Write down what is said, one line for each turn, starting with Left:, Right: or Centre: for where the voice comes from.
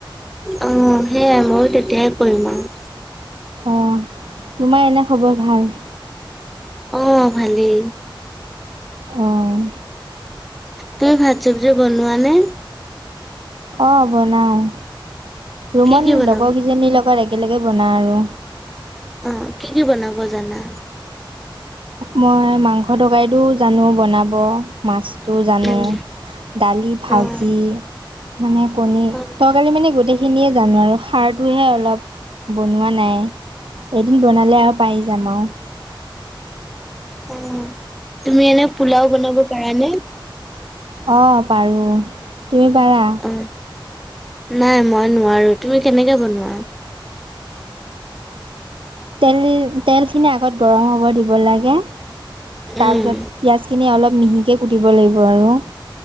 Centre: উম সেয়াই ময়ো তেতিয়াই কৰিম আৰু,
Right: অ,, তোমাৰ এনে খবৰ ভাল।
Centre: উম,, ভালেই
Right: উম,,,,
Centre: তুমি ভাত চবজি বনোৱা নে?
Right: অঁ বনাওঁ ৰুমত
Centre: কি কি বনাব
Right: লগৰকেইজনীৰ লগত একেলগে বনাওঁ আৰু,
Centre: অ কি কি বনাব জানা?
Right: মই মাংস তৰকাৰীটো জানো বনাব মাছ ত জানো
Centre: উম,
Right: দালি ভাজি
Centre: অ',
Right: মানে কণী
Centre: অ',
Right: তৰকাৰি মানে গোটেই সেইখিনিয়ে জানো আৰু সাৰটোহে অলপ বনোৱা নাই। এদিন বনালে আৰু পাৰি যাম আৰু
Centre: উম তুমি এনে পোলাও বনাব পাৰা নে‌?
Right: অ পাৰো তুমি পাৰা?
Centre: উম, নাই মই নোৱাৰো তুমি কেনেকে বনোৱা।
Right: তেল তেলখিনি আগত গৰম হ'ব দিব তাৰ
Centre: উম,
Right: পিছত পিয়াজ খিনি অলপ মিহিকে কুটিব লাগিব আৰু